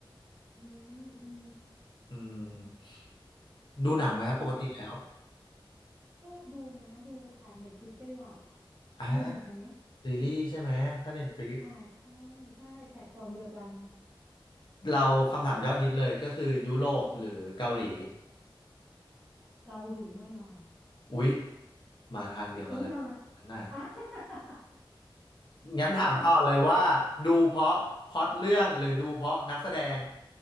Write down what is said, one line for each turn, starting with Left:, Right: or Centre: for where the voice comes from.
Centre: อืมอืม
Left: อืมดูหนังไหมครับปกติแล้ว
Centre: แต่ก็ยังก็ดูนะดูผ่านเน็ตฟลิกเป็นหลัก
Left: อ่า
Centre: ดูเหมือนกันไหม
Left: ซีรีส์ใช่ไหมถ้าเน็ตฟลิก
Centre: อ่าใช่ใช่แพลตฟอร์มเดียวกัน
Left: เราคำถามยอดฮิตเลยก็คือยุโรปหรือเกาหลี
Centre: เกาหลีแน่นอน
Left: อุ๊ยมาทางเดียวกันละข้างหน้า
Centre: อุ้ยทำไม <laughs> อ่ะ <laughs>
Left: งั้นถามต่อเลยว่าดูเพราะพล็อตเรื่องหรือดูเพราะนักแสดง
Centre: ใช่ไหม